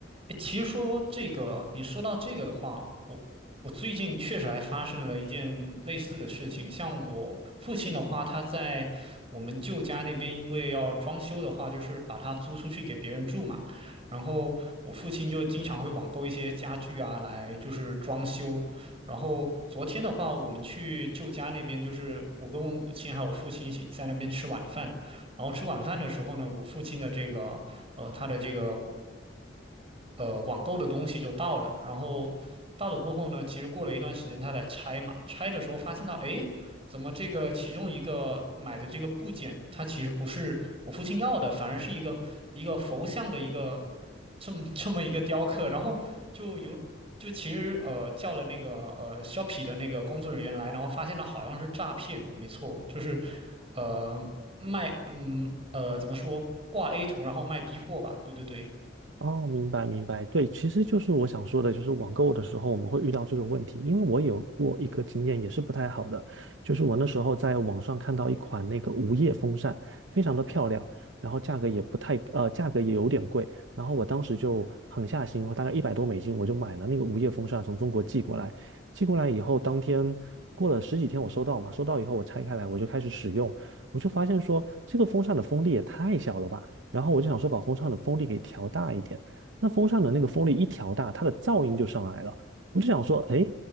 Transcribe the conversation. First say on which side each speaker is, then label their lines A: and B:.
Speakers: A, on the right (about 30°); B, on the right (about 75°).
A: 诶其实说这个，你说到这个的话，我我最近确实还发生了一件类似的事情。像我父亲的话，他在我们舅家那边，因为要装修的话，就是把它租出去给别人住嘛。然后我父亲就经常会网购一些家具啊，来就是装修。然后昨天的话，我们去舅家那边，就是我跟我母亲还有我父亲一起在那边吃晚饭。然后吃晚饭的时候呢，我父亲的这个呃他的这个呃网购的东西就到了，然后到了过后呢，其实过了一段时间，他在拆嘛，拆的时候发现到，诶，怎么这个其中一个买的这个部件，它其实不是我父亲要的，反而是一个一个佛像的一个这么 <laughs> 这么一个雕刻，然后就有。就其实呃叫了那个呃 Shopee 的那个工作人员来，然后发现到好像是诈骗，没错，就是呃卖嗯呃怎么说挂 A 图然后卖 B 货吧，对对对，
B: 哦，明白明白，对，其实就是我想说的，就是网购的时候我们会遇到这个问题，因为我有过一个经验也是不太好的，就是我那时候在网上看到一款那个无叶风扇，非常的漂亮，然后价格也不太，呃，价格也有点贵，然后我当时就狠下心，我大概一百多美金，我就买了那个无叶风扇，从中国寄过来，寄过来以后，当天过了十几天我收到嘛，收到以后我拆开来我就开始使用，我就发现说这个风扇的风力也太小了吧。然后我就想说把风扇的风力给调大一点。那风扇的那个风力一调大，它的噪音就上来了。我就想说，哎，